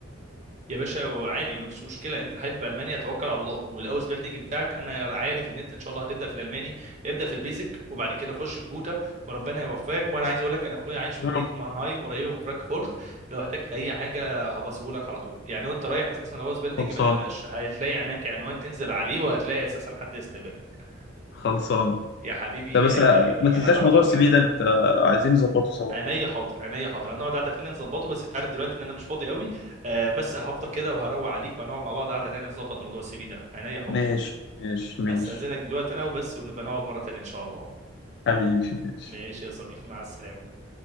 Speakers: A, on the right; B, on the left.
A: يا باشا وعادي ما فيش مشكله انت حابب المانيا توكل على الله والاوس بيلدينج بتاعك انا عارف ان انت ان شاء الله هتبدا في الالماني ابدا في البيزك وبعد كده خش في جوتا وربنا يوفقك وانا عايز اقول لك انا اخويا عايش
B: يا
A: في مدينه
B: رب
A: مانهايم قريبه من فرانكفورت لو احتجت اي حاجه هبصهولك على طول يعني وانت رايح اساسا الاوس بيلدينج
B: خلصان
A: ما تقلقش هتلاقي هناك عنوان تنزل عليه وهتلاقي اساسا حد يستقبلك
B: خلصان
A: يا حبيبي
B: طب بس آه،
A: آه،
B: ما تنساش
A: انا تحت
B: موضوع
A: امرك
B: السي في ده انت عايزين نظبطه سوا
A: عينيا حاضر عينيا حاضر هنقعد قعده تانيه نظبطه بس انت عارف دلوقتي ان انا مش فاضي قوي آه بس هفضل كده وهروق عليك وهنقعد مع بعض قعده تانيه نظبط موضوع السي في ده عينيا حاضر
B: ماشي ماشي ماشي
A: هستأذنك دلوقتي انا وبس ونبقى نقعد مره تانيه ان شاء الله
B: حبيبي ماشي
A: ماشي يا صديقي مع السلامه